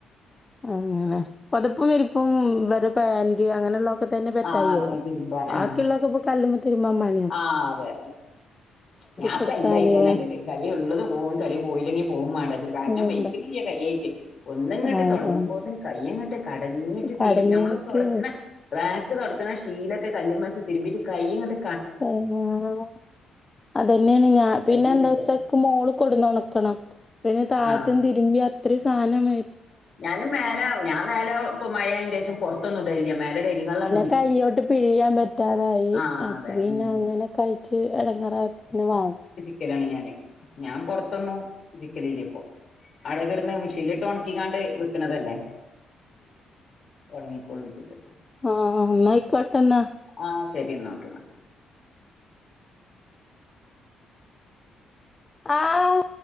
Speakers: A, on the left; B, on the left.
A: അങ്ങനെ പൊതപ്പും വിരിപ്പും ഇവരുടെ പാന്റി അങ്ങനെയൊള്ള ഇപ്പത്തന്നെ പെറ്റായി
B: ആഹ് അതെ
A: ഒള്ളു.
B: തിരുമ്പാൻ
A: ബാക്കിയോള്ളൊക്കെ
B: ആഹ്
A: ഇപ്പൊ കല്ലുമ്മെ തിര്മാൻ പാ
B: ആഹ് അതെ ഞാൻ ഇപ്പ
A: കൊടുത്താല്
B: എല്ലാ ഇതിലെന്നെ ഇടല്. ചെളി ഉള്ളതും പോകും ചെളി പോയില്ലെങ്കി പോവും മാണ്ടാ വെച്ചിട്ട്. കാരണം
A: അതുകൊണ്ട്
B: <unintelligible> കൈ ആയിട്ട് ഒന്ന് ഇങ്ങട്ട്
A: ആഹ്
B: തൊടങ്ങ്മ്പോത്
A: ആഹ്
B: കയ്യ് ഇങ്ങട്ട് കടഞ്ഞിട്ട്
A: കടഞ്ഞിട്ട്
B: തീരും. നമ്മള് തൊടക്ക്ണ ട്രാക്ക് തൊടക്കണം ശീലക്കെ കല്ല്മ്മേച്ച് തിര്മിട്ട് കയ്യ് ഇങ്ങട്
A: ആഹ് അത് തന്നേണ് ഞാ പിന്നെ
B: കയ്യിണില്ല
A: എന്താ വെച്ചാ മോള് കൊണ്ട്ന്ന് ഒണക്കണം. പിന്നെ താഴത്തന്ന്
B: ആഹ്
A: തിരുമ്പി അത്രേം സാനം മേ
B: ഞാനും മേലെ ഞാൻ മേലെ പൊ മഴയായിന് ശേഷം പൊറത്തൊന്നും ഇടലില്ല മേലെ ഡൈനിങ് ഹാളിലാണ് സി
A: കയ്യോണ്ട് പിഴിയാൻ പറ്റാതായി
B: ആഹ്
A: അപ്പ
B: അതെ
A: പിന്നെ
B: ഉം
A: അങ്ങനെ കയ് റ്റ് എടങ്ങേറായിപ്പ പിന്നെ വാങ്ങിച്ച്.
B: ക്കലാണ് ഞാന്. ഞാൻ പൊറത്തൊന്നു വിരിക്കലില്ലിപ്പൊ. അവടെ കെടന്ന് മിഷീൻലിട്ട് ഒണക്കി ങ്ങാണ്ട് കിട്ടണത് അല്ലേ. ഒണങ്ങിക്കൊള്ളു വെച്ചിട്ട്
A: ആഹ് ആഹ് അന്നായിക്കൊട്ടെ അന്നാ
B: ആഹ് ശെരിന്നാ ഓക്കെന്നാ
A: ആഹ്